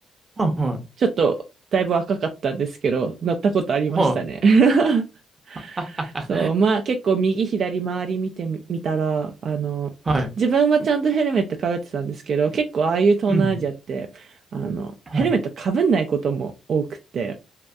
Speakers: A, on the right; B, on the right.
A: はいは
B: ちょっと、だいぶ若かったんですけど、乗ったことありましたね。
A: い。はい。
B: <laughs>
A: あは
B: そう、まあ結構右左周り見てみ、見たら、あの、
A: ははい。
B: 自分はちゃんとヘルメットかぶってたんですけど、結構ああいう東南アジアって、
A: うん。
B: あの、
A: はい。
B: ヘルメットかぶんないことも多くて。